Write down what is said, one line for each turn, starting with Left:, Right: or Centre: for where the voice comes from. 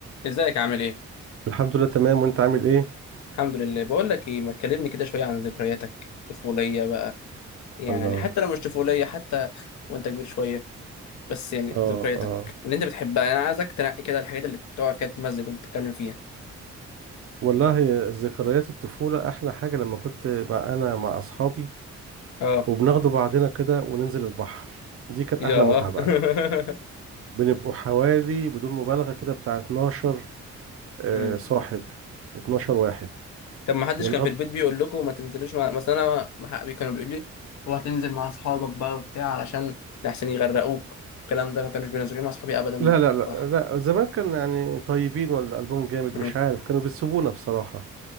Left: ازيك عامل ايه؟
Right: الحمد لله تمام وانت عامل ايه
Left: الحمد لله بقول لك ايه ما تكلمني كده شويه عن ذكرياتك الطفوليه بقى يعني
Right: الله
Left: حتى لو مش طفوليه حتى وانت كبير شويه بس يعني
Right: اه
Left: ذكرياتك
Right: اه
Left: اللي انت بتحبها انا عايزك تنقي كده الحاجات اللي تقعد كده تمزج وانت تتكلم فيها
Right: والله ذكريات الطفولة احلى حاجة لما كنت مع انا مع اصحابي
Left: اه
Right: وبناخدوا بعضنا كده وننزل البحر دي كانت
Left: يا
Right: احلى متعة بقى
Left: <laughs>
Right: بنبقوا حوالي بدون مبالغة كده بتاع 12 آه
Left: امم
Right: صاحب 12 واحد
Left: طب ما حدش
Right: ونقض
Left: كان في البيت بيقول لكم ما تنزلوش مع... مثلا انا مع حقي كانوا بيقول لي هو هتنزل مع اصحابك بقى وبتاع علشان لحسن يغرقوك الكلام ده ما كانوش بينزلوني مع اصحابي ابدا
Right: لا لا لا
Left: بحر
Right: لا زمان كان يعني طيبين ولا قلبهم جامد
Left: امم
Right: مش عارف كانوا بيسيبونا بصراحة